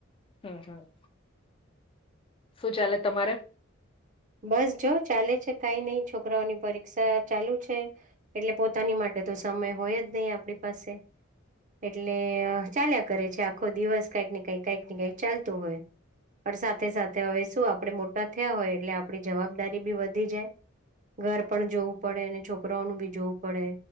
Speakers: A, on the left; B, on the right.
A: હા હા. શું ચાલે તમારે?
B: બસ જોવો ચાલે છે. કય નય છોકરાઓની પરીક્ષા ચાલુ છે. એટલે પોતાની માટે તો સમય હોય જ નય આપણી પાસે. એટલે ચાલ્યા કરે છે આખો દિવસ કઈક ને કઈક કઈક ને કઈક ચાલતું હોય. પણ સાથે સાથે હવે શું આપણે મોટા થયા હોય એટલે આપણી જવાબદારી બી વધી જાય. ઘર પણ જોવું પડે અને છોકરાઓનું બી જોવું પડે.